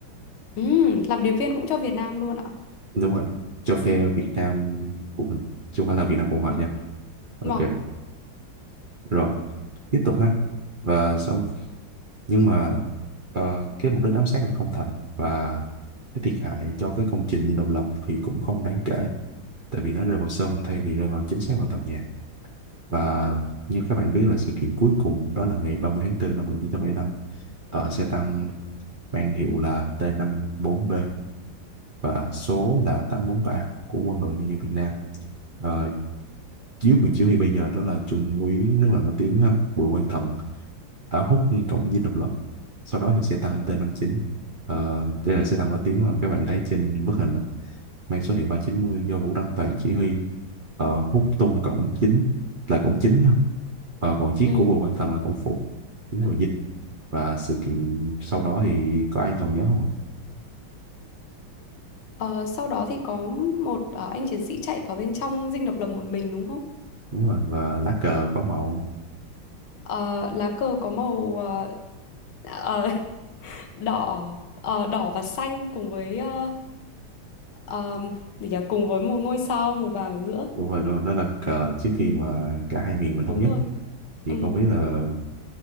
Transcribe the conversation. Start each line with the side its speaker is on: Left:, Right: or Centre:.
Left: ừ làm điệp viên cũng cho Việt Nam luôn ạ
Right: Đúng rồi, cho phe Việt Nam của mình, chứ không phải là Việt Nam Cộng Hòa
Left: ừ
Right: nha. Ok,
Left: mà
Right: rồi, tiếp tục ha. Và sau, nhưng mà ờ, cái mục đích ám sát lại không thành và cái thiệt hại cho cái công trình dinh độc lập thì cũng không đáng kể tại vì nó rơi vào sân thay vì rơi vào chính xác vào tàu nhạc. Và như các bạn biết là sự kiện cuối cùng đó là ngày 30 tháng 4 năm một nghìn chín trăm bảy mươi lăm ờ, xe tăng mang hiệu là t bốn b và số là 843 của Quân đội Nhân dân Việt Nam. Ờ, dưới quyền chỉ huy bây giờ đó là Trung úy rất là nổi tiếng ha, Bùi Quang Thận đã hút liên cổng dinh độc lập. Sau đó thì xe tăng T59 ờ, đây là xe tăng nổi tiếng mà các bạn thấy trên bức hình đó, mang số hiệu 390 do Vũ Đăng Toàn chỉ huy ờ, hút tung cổng chính là cổng chính ha. Ờ, còn chiếc
Left: ừ
Right: của Bùi Quang Thận là cổng phụ tiến vào dinh và sự kiện sau đó thì có ai còn nhớ không ạ?
Left: Ờ, sau đó thì có một ờ, anh chiến sĩ chạy vào bên trong dinh độc lập một mình đúng không?
Right: đúng rồi và lá cờ có màu
Left: Ờ, lá cờ có màu ờ, ờ, <laughs> đỏ ờ, đỏ và xanh cùng với ờ, ờm, gì nhỉ? Cùng với một ngôi sao màu vàng ở giữa.
Right: đúng rồi luôn đó là cờ trước khi
Left: Ừ,
Right: mà cả hai miền mình thống
Left: đúng
Right: nhất
Left: rồi.
Right: thì
Left: Ừ.
Right: không biết là